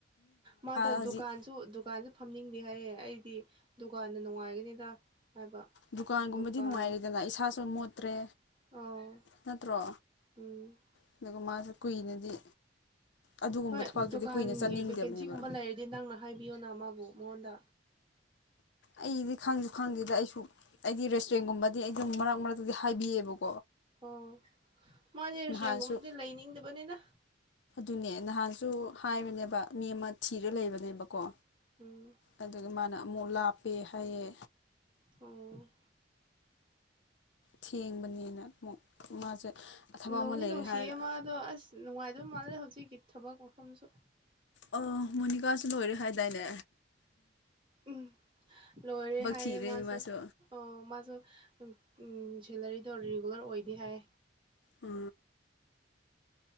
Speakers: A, on the right; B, on the left.
A: ꯃꯥꯗꯣ
B: ꯍꯧꯖꯤꯛ
A: ꯗꯨꯀꯥꯟꯁꯨ ꯗꯨꯀꯥꯟꯁꯨ ꯐꯝꯅꯤꯡꯗꯦ ꯍꯥꯏꯌꯦ ꯑꯩꯗꯤ ꯗꯨꯀꯥꯟꯗ ꯅꯨꯡꯉꯥꯏꯒꯅꯤꯗ ꯍꯥꯏꯕ
B: ꯗꯨꯀꯥꯟꯒꯨꯝꯕꯗꯤ
A: ꯗꯨꯀꯥꯟ
B: ꯅꯨꯡꯉꯥꯏꯔꯤꯗꯅ ꯏꯁꯥꯁꯨ ꯃꯣꯠꯇ꯭ꯔꯦ
A: ꯑꯣ
B: ꯅꯠꯇ꯭ꯔꯣ
A: ꯎꯝ
B: ꯑꯗꯨꯒ ꯃꯥꯁꯨ ꯀꯨꯏꯅꯗꯤ ꯑꯗꯨꯒꯨꯝꯕ
A: ꯍꯣꯏ
B: ꯊꯕꯥꯛꯇꯨꯗꯤ
A: ꯗꯨꯀꯥꯟꯒꯤ
B: ꯀꯨꯏꯅ ꯆꯠꯅꯤꯡꯗꯕꯅꯦꯕ
A: ꯚꯦꯀꯦꯟꯁꯤꯒꯨꯝꯕ ꯂꯩꯔꯗꯤ ꯅꯪꯅ ꯍꯥꯏꯕꯤꯌꯣ ꯅ ꯃꯥꯕꯨ ꯃꯣꯍꯟꯗ
B: ꯑꯩꯗꯤ ꯈꯪꯁꯨ ꯈꯪꯗꯦꯗ ꯑꯩꯁꯨ ꯑꯩꯒꯤ ꯆ꯭ꯔꯦꯡꯒꯨꯝꯕꯗꯤ ꯑꯗꯨ ꯃꯔꯛ ꯃꯔꯛ ꯑꯗꯨꯗꯤ ꯍꯥꯏꯕꯤꯑꯕꯀꯣ
A: ꯑꯣ ꯃꯥꯗꯤ ꯔꯦꯁꯇꯨꯔꯦꯟꯒꯨꯝꯕꯗꯤ
B: ꯅꯍꯥꯟꯁꯨ
A: ꯂꯩꯅꯤꯡꯗꯕꯅꯤꯅ
B: ꯑꯗꯨꯅꯦ ꯅꯍꯥꯟꯁꯨ ꯍꯥꯏꯕꯅꯦꯕ ꯃꯤ ꯑꯃ ꯊꯤꯔ ꯂꯩꯕꯅꯦꯕꯀꯣ ꯀꯣ
A: ꯎꯝ
B: ꯑꯗꯨꯒ ꯃꯥꯅ ꯃꯣ ꯂꯥꯞꯄꯦ ꯍꯥꯏꯌꯦ
A: ꯑ
B: ꯊꯦꯡꯕꯅꯦꯅ ꯑꯃꯨꯛ ꯃꯥꯁꯦ ꯊꯕꯛ
A: ꯅꯣꯡꯒꯤ
B: ꯑꯃ ꯂꯩꯔꯦ
A: ꯅꯨꯡꯁꯤꯌꯦ
B: ꯍꯥꯏꯔꯒ
A: ꯃꯥꯗꯣ ꯑꯁ ꯅꯨꯡꯉꯥꯏ ꯑꯗꯨꯣ ꯃꯥꯜꯦ ꯍꯧꯖꯤꯛꯒ ꯒꯤꯠ ꯊꯕ ꯃꯣꯁꯨꯣꯟꯁꯨꯣ
B: ꯑ ꯃꯣꯅꯤꯀꯥꯁꯨ ꯂꯣꯏꯔꯦ ꯍꯥꯏꯥꯏ ꯇꯥꯏꯅꯦ
A: ꯎꯝ ꯂꯣꯏꯔ ꯍꯌꯦ
B: ꯊꯤꯔꯦꯅꯦ
A: ꯃ
B: ꯃꯥꯁꯨ
A: ꯑꯣ ꯃꯣ ꯎ ꯁꯦꯂꯔꯤꯗꯣ ꯔꯤꯒꯨꯂꯔ ꯑꯣꯏꯗꯤ ꯍꯥꯏ
B: ꯑ